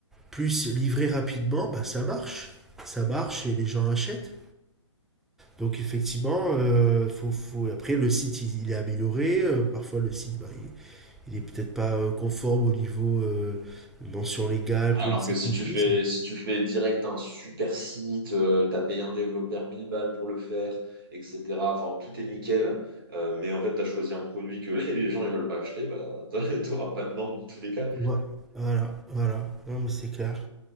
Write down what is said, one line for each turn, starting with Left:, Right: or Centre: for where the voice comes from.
Centre: plus livré rapidement bah ça marche ça marche et les gens achètent Donc effectivement, euh, faut, faut... après le site il, il est amélioré, euh, parfois le site bah, il, il est peut-être pas euh, conforme au niveau euh, mention légale,
Right: Alors
Centre: politique
Right: que si
Centre: cookies.
Right: tu fais, si tu fais direct un super site, euh, t'as payé un développeur 1000 balles pour le faire, etc. Enfin, tout est nickel. euh, mais en fait, t'as choisi un produit que <laughs> les gens ils veulent pas acheter, bah, <laughs> t'auras pas de vente dans tous les cas.
Centre: Ouais, Voilà, voilà, non mais c'est clair.